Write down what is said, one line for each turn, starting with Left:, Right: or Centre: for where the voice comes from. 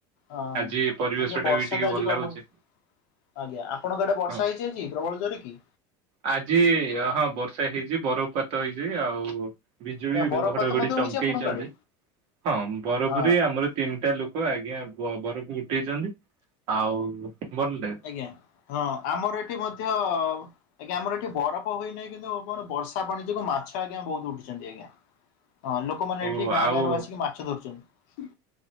Left: ହଁ
Right: ଆଜି ପରିବେଶ
Left: ଆ
Right: ଟା
Left: ବର୍ଷା
Right: ବି ଟିକେ
Left: ତ
Right: ଭଲ
Left: ଆଜି ପ୍ରବଳ
Right: ଲାଗୁଛି।
Left: ଆଜ୍ଞା ଆପଣଙ୍କ ଆଡେ ବର୍ଷା
Right: ହଁ
Left: ହେଇଛିଛି ପ୍ରବଳ ଜୋର କି?
Right: ଆଜି ହଁ ବର୍ଷା ହେଇଛି ବରଫପାତ ହେଇଛି ଆଉ ବିଜୁଳି
Left: ଏ ବରଫପାତ
Right: ଘଡଘଡି
Left: ମଧ୍ୟ
Right: ଚମକେଇଛନ୍ତି
Left: ହୋଇଛି ଆପଣଙ୍କ ଆଡେ
Right: ହଁ ବରଫପରିୀ
Left: ହଁ
Right: ଆମର ତିନିଟା ଲୋକ ହୁ ଆଜ୍ଞା ବରଫ ଗୁଟେଇଛନ୍ତି ଆଉ ଭଲଟ
Left: ଆଜ୍ଞା ହଁ ଆମର ଏଠି ମଧ୍ୟ ଆଜ୍ଞା ଆମର ଏଠି ବରଫ ହ ହୋଇନାହିଁ କିନ୍ତୁ ଆପଣ ବର୍ଷା ପାଣି ଯୋଗୁଁ ମାଛ ଆଜ୍ଞା ବହୁତ ଉୁଛନ୍ତି ଆଜ୍ଞା। ହଁ ଲୋକମାନେ
Right: ଓ
Left: ଏଠି ଗାଁ
Right: ଆଉ
Left: ଗାଁରୁ ଆସିକି ମାଛ ଧରୁଛନ୍ତି।